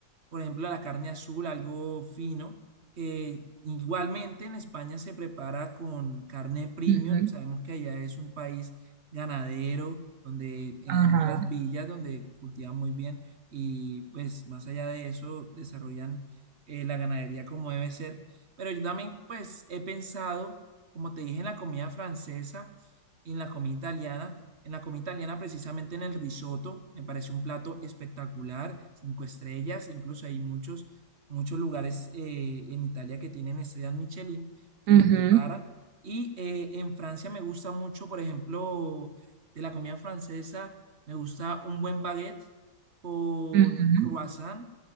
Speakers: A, on the right; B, on the right.
A: por ejemplo, la carne azul, algo fino, que igualmente en España se prepara con carne premium.
B: Ujú,
A: Sabemos que allá es un país ganadero, donde encuentras
B: Ajá.
A: villas, donde cultivan muy bien y pues más allá de eso desarrollan eh, la ganadería como debe ser. Pero yo también pues he pensado, como te dije, en la comida francesa y en la comida italiana. En la comida italiana, precisamente en el risotto, me parece un plato espectacular, cinco estrellas, incluso hay muchos, muchos lugares eh, en Italia que tienen estrellas Michelin que
B: ujú,
A: lo preparan. Y eh, en Francia me gusta mucho, por ejemplo, de la comida francesa, me gusta un buen baguette con
B: ujú,
A: croissant